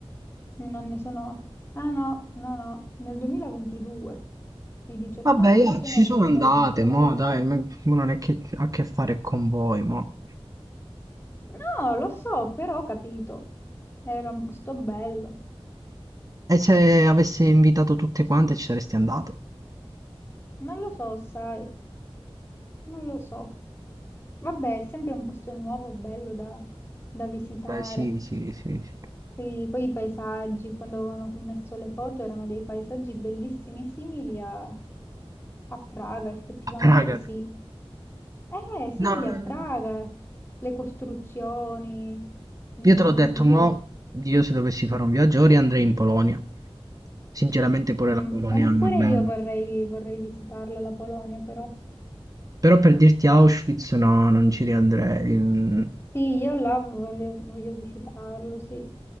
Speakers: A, on the left; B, on the right.
A: Non ne sono... Ah no, no, no, nel 2022, i 18
B: Vabbè,
A: anni
B: io
A: e poi
B: ci
A: nel
B: sono
A: 2023.
B: andate, mo dai, ma ma non è che ha a che fare con voi, mo.
A: No, lo so, però ho capito. Era un posto bello.
B: E se avessi invitato tutte quante ci saresti andato?
A: Non lo so, sai, non lo so. Vabbè, è sempre un posto nuovo, bello da, da visitare.
B: Beh, sì, sì, sì, sì.
A: Sì, poi i paesaggi, quando avevano messo le foto, erano dei paesaggi bellissimi, simili a, a Praga, effettivamente
B: A Praga.
A: sì. Eh, simili
B: No, eh,
A: a Praga, le costruzioni, mm,
B: Io te l'ho detto,
A: pure,
B: mo, io se dovessi fare un viaggio ora andrei in Polonia. Sinceramente pure
A: mm,
B: la Polonia
A: e
B: è una
A: pure
B: bella.
A: io vorrei, vorrei visitarla la Polonia, però.
B: Però per dirti Auschwitz no, non ci riandrei. Mm,
A: Sì, io là vorrei- voglio visitarlo, sì.